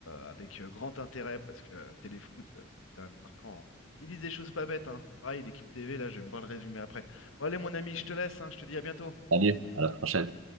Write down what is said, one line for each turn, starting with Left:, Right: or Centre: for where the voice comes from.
Left: euh, avec euh, grand intérêt parce que euh, Téléfoot, euh, c'est quand même marquant. hein. Ils disent des choses pas bêtes, hein. Pareil, l'équipe TV, là, je vais me voir le résumé après. Bon, allez, mon ami, je te laisse, hein, je te dis à bientôt.
Right: Allez, à la prochaine.